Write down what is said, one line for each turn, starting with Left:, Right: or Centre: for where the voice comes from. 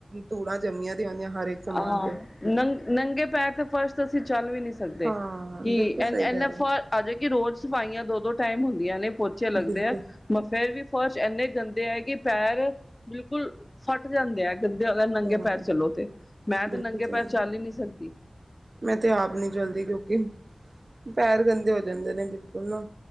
Right: ਧੂੜਾਂ ਜੰਮੀਆਂ ਦੀਆਂ ਹੁੰਦੀਆਂ ਹਰ ਇੱਕ ਸਮਾਨ
Left: ਆਹ
Right: ਤੇ
Left: ਨੰ ਨੰਗੇ ਪੈਰ ਤੇ ਫਰਸ਼ ਅਸੀਂ ਚੱਲ ਵੀ ਨਹੀਂ ਸਕਦੇ,
Right: ਹਾਂ
Left: ਕਿ
Right: ਬਿਲਕੁਲ
Left: ਐਨੇ
Right: ਸਹੀ
Left: ਐਨੇ
Right: ਕਹਿ ਰਹੇ ਹੋ
Left: ਫ ਹਜੇ ਕਿ ਰੋਜ਼ ਸਫਾਈਆਂ ਦੋ ਦੋ ਟਾਈਮ ਹੁੰਦੀਆਂ ਨੇ ਪੋਚੇ ਲੱਗਦੇ
Right: ਬਿਲਕੁਲ
Left: ਆ, ਫੇਰ ਵੀ ਫਰਸ਼ ਇੰਨੇ ਗੰਦੇ ਹੈ ਕਿ ਪੈਰ ਬਿਲਕੁਲ ਫੱਟ ਜਾਂਦੇ ਆ ਗੰਦੇ ਅਗਰ ਨੰਗੇ
Right: ਹਾਂ
Left: ਪੈਰ ਚਲੋ ਤੇ। ਮੈਂ ਤੇ
Right: ਬਿਲਕੁਲ
Left: ਨੰਗੇ
Right: ਸਹੀ,
Left: ਪੈਰ ਚੱਲ ਹੀ ਨਹੀਂ ਸਕਦੀ
Right: ਮੈਂ ਤੇ ਆਪ ਨੀ ਚਲਦੀ ਕਿਉਂਕਿ ਪੈਰ ਗੰਦੇ ਹੋ ਜਾਂਦੇ ਨੇ ਉਹਨਾਂ